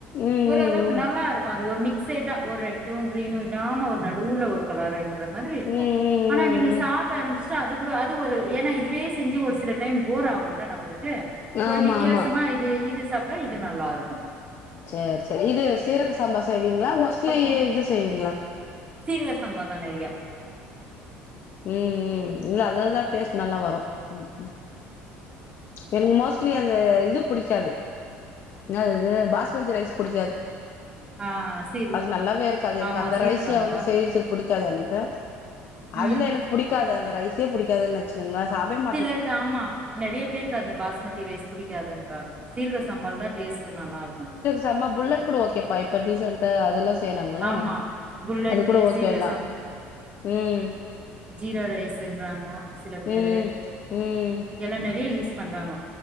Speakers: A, on the left; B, on the right.
A: ம்
B: ஓரளவுக்கு
A: ம் ம்
B: நல்லா இருக்கு அது ஒரு மி சேட்டா ஒரு ரெட்டு கிரீனு இல்லாம ஒரு நடுவுல ஒரு கலருன்ற மாதிரி இருக்கு
A: ம் ம்
B: ஆனா
A: ம்
B: நீங்க
A: ம்
B: சாப்ட ஆரம்பிச்டா அது கூட அது ஒரு ஏனா இதுவே செஞ்சி ஒரு சில டைம் போர் ஆகுல்ல நம்புளுக்கு ஒரு
A: ஆமா
B: வித்யாசமா
A: ஆமா
B: இது இது சாப்ட்டா இது நல்லாருக்கு
A: சேர் சே இது சீரக சம்பா செய்வீங்ளா மோஸ்ட்லி
B: பக்கோ
A: இது செய்வீங்ளா
B: சீரக சம்பா தா நற்யா
A: ம் ம் இல்ல அதுல தா டேஸ்ட்டு நல்லா வரு ம் ம் எனக்கு மோஸ்ட்லி அந்த இது புடிக்காது என்னாதது பாஸ்மதி ரைஸ் புடிக்காது
B: ஆ சீரு
A: அது நல்லாவே இருக்காது எனக்கு
B: ஆமா
A: அந்த
B: சீர்
A: ரைஸ்ல
B: சம்பா
A: வந்து சைஸு புடிக்காது எனக்கு அதுல
B: ம்
A: எனக்கு புடிக்காது அந்த ரைஸே புடிக்காதுன் வச்சுக்கங்களே சாப்டேம்
B: சிலருக்கு ஆமா நெறய பேருக்கு அந்த பாஸ்மதி ரைஸ் புடிக்காதுன்றாங்க சீரக சம்பால தா டேஸ்ட்டு நல்லாருக்கு
A: சம்ம புல்லெட்டு கூட ஓகேப்பா இப்ப டிசென்டா அதெல்லா செய்றாங்கள
B: ஆமா புல்லட்டு
A: அது கூட ஓகேதா
B: சீரக
A: ம்
B: சீரா ரைஸ்ஸுன்றாங்கோ சில பேரு
A: ம் ம்
B: எல்லா நறைய யூஸ் பண்றாங்கோ